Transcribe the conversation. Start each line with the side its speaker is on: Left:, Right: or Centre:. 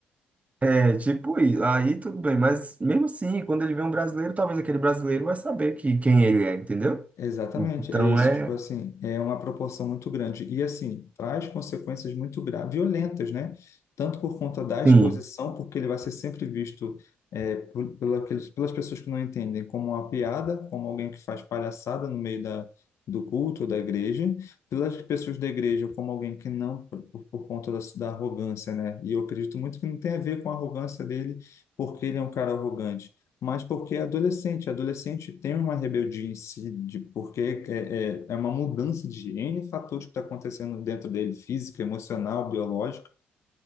Right: é tipo, isso, aí tudo bem, mas mesmo assim, quando ele vê um brasileiro, talvez aquele brasileiro vai saber que quem ele é, entendeu?
Left: Exatamente,
Right: Então
Left: é isso,
Right: é,
Left: tipo assim, é uma proporção muito grande e assim, traz consequências muito graves, violentas, né? Tanto por conta da exposição,
Right: sim.
Left: porque ele vai ser sempre visto é, por- pela- aqueles- pelas pessoas que não entendem como uma piada, como alguém que faz palhaçada no meio da, do culto ou da igreja, pelas pessoas da igreja como alguém que não, por, por conta da, da arrogância, né? E eu acredito muito que não tem a ver com a arrogância dele, porque ele é um cara arrogante mas porque é adolescente. Adolescente tem uma rebeldia em si, de, porque é, é, é uma mudança de N fatores que está acontecendo dentro dele, física, emocional, biológica.